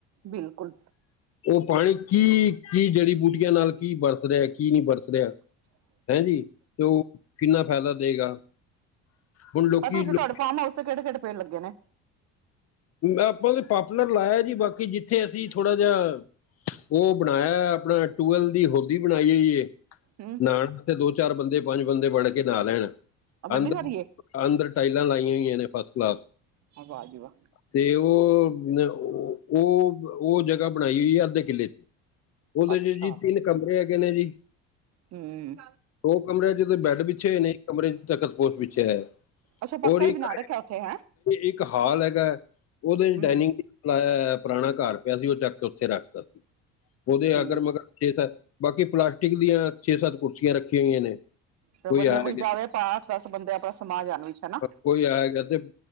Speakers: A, on the right; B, on the left.
A: ਬਿਲਕੁਲ
B: ਉਹ ਪਾਣੀ ਕੀ-ਕੀ ਜੜੀ ਬੂਟੀਆਂ ਨਾਲ। ਕੀ ਬਰਸ ਰਿਹਾ ਕੀ ਨਹੀਂ ਬਰਤ ਰਿਹਾ?
A: ਅੱਛਾ
B: ਹੈਜੀ ਤੇ ਉਹ ਕਿੰਨਾ ਫਾਇਦਾ ਦੇਗਾ। ਹੁਣ ਲੋਕੀ
A: ਪਰ ਤੁਸੀਂ
B: ਲੋ-
A: ਤੁਹਾਡੇ ਫਾਰ ਹਾਊਸ ਤੇਹੜ ਕਿਹੜੇ-ਕਿਹੜੇ ਪੇੜ ਲੱਗੇ ਨੇ?
B: ਆਪਾਂ ਤੇ ਪਾਪੂਲਰ ਲਾਇਆ ਜੀ। ਬਾਕੀ ਜਿੱਥੇ ਅਸੀਂ ਥੋੜਾ ਜਿਹਾ ਉਹ ਬਣਾਇਆ ਆਪਣਾ ਟੀਯੂਬਵੈਲ ਦੀ ਹੋਦੀ ਬਣਾਈ ਹੋਈ ਏ।
A: ਹੂ
B: ਸੜਕ ਤੇ ਦੋ ਚਾਰ ਬੰਦੇ ਪੰਜ ਬੰਦੇ ਬਣ ਕੇ ਨਾ ਲੈਣ
A: ਆ ਵੱਡੀ
B: ਅੰਦਰ
A: ਸਾਰੀ ਏ
B: ਅੰਦਰ ਟਾਈਲਾਂ ਲਾਈਆਂ ਹੋਈਆਂ ਨੇ ਫਸ ਕਲਾਸ।
A: ਅਹ ਵਾ ਜੀ ਵਾ।
B: ਤੇ ਉਹ ਉਹ ਉਹ ਜਗ੍ਹਾ ਬਣਾਈ ਹੋਈ ਆ ਅੱਧੇ ਕਿੱਲੇ ਚ। ਉਹਦੇ
A: ਅੱਛਾ
B: ਚ ਜੀ ਤਿੰਨ ਕਮਰੇ ਹੈਗੇ ਨੇ ਜੀ।
A: ਹੂ
B: ਦੋ ਕਮਰਿਆਂ ਚੋਂ ਬੈੱਡ ਬਿਛੇ ਹੋਏ ਨੇ, ਇਕ ਕਮਰੇ ਚ ਤਖ਼ਤਪੋਸ਼ ਬਿਛੇਆ ਹੋਯਾ ਹੈ।
A: ਅੱਛਾ ਪੱਕਾ
B: ਔਰ ਇੱਕ
A: ਹੀ ਬਣਾ ਰੱਖਿਆ ਉੱਥੇ ਹੈਂ
B: ਇੱਕ ਹਾਲ ਹੈਗਾ ਹੈ ਉਹਦੇ ਚ
A: ਹਮ
B: ਡਾਇਨਿੰਗ- ਲਾਇਆ ਹੋਯਾ ਐ, ਪੁਰਾਣਾ ਘਰ ਪਿਆ ਸੀ, ਉਹ ਚੱਕ ਕੇ ਉੱਥੇ ਰੱਖ ਤਾ ਉਹਦੇ
A: ਠੀਕ
B: ਅਗਰ-ਮਗਰ
A: ਆ
B: ਛੇ-ਸੱਤ ਬਾਕੀ ਪਲਾਸਟਿਕ ਦੀਆਂ ਛੇ-ਸੱਤ ਕੁਰਸੀਆਂ ਰੱਖੀਆਂ ਹੋਈਆਂ ਨੇ
A: ਚਲੋ
B: ਕੋਈ
A: ਵਧੀਆ
B: ਆਣਗੇ
A: ਜਾਵੇ
B: ਤੇ।
A: ਆਪਾਂ ਅੱਠ ਦਸ ਬੰਦੇ ਆਪਣਾ ਸਮਾ ਜਾਣ ਵਿਚ ਹੈਨਾ।
B: ਕੋਈ ਆਏਗਾ ਤੇ